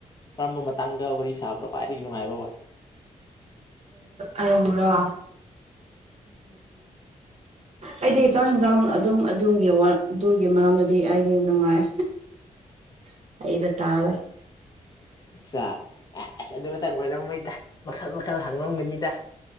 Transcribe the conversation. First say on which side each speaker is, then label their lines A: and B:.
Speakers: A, on the left; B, on the right.
A: ꯀꯔꯝꯕ ꯃꯇꯥꯡꯗ ꯋꯥꯔꯤ ꯁꯥꯕꯅ ꯈ꯭ꯋꯥꯏꯗꯒꯤ ꯅꯨꯡꯉꯥꯏꯕ ꯑꯣꯏ
B: ꯑꯩꯕꯨꯔꯣ
A: <inaudible>
B: ꯑꯩꯗꯤ ꯆꯥꯛ ꯌꯦꯟꯁꯥꯡ ꯑꯗꯨꯝ ꯑꯗꯨꯒꯤ ꯑꯗꯨꯒꯤ ꯃꯔꯝꯗꯨꯗꯤ ꯑꯩꯗꯤ ꯅꯨꯡꯉꯥꯏ
A: <inaudible>
B: <unintelligible>
A: <unintelligible> ꯑꯁ ꯑꯗꯨ ꯈꯇꯪ ꯑꯣꯏꯔꯝ ꯃꯣꯏꯗ ꯃꯈꯜ ꯃꯈꯜ ꯍꯪꯉꯝꯒꯅꯤꯗ